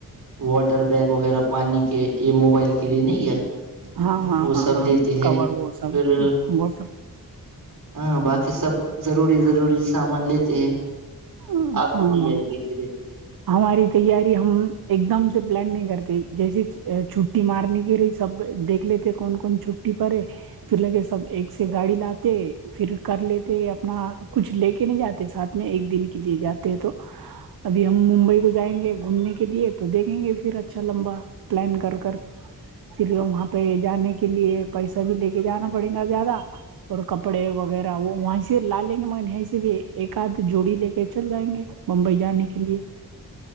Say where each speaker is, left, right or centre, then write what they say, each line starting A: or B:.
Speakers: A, on the right (about 60°); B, on the right (about 80°).
A: واٹر بیگ وغیرہ پانی کے یہ موبائل کے لیے نہیں ہے
B: ہاں ہاں
A: وہ
B: ہاں
A: سب
B: ہاں
A: لیتے ہیں
B: کور وہ سب
A: پھر
B: بت
A: ہاں باقی سب ضروری ضروری سامان لیتے ہیں
B: ہ
A: آپ
B: ہاں
A: کی تیاری کیسی رہتی ہے
B: ہماری تیاری ہم ایک دم سے پلان نہیں کرتے جیسے چھٹی مارنے کی رہی سب دیکھ لیتے کون کون چھٹی پے پھر لگے سب ایک سے گاڑی لاتے پھر کر لیتے اپنا کچھ لے کے نہیں جاتے ساتھ میں ایک دن کے لیے جاتے تو ابھی ہم ممبئی کو جائیں گے گھومنے کے لیے تو دیکھیں گے پھر اچھا لمبا پلان کر کر چلیے وہاں پہ جانے کے لیے پیسہ بھی لے کے جانا پڑے گا زیادہ اور کپڑے وغیرہ وہ وہیں سے لا لیں گے م یہیں سے بھی ایک آدھ جوڑی لے کے چل جائیں گے ممبئی جانے کے لیے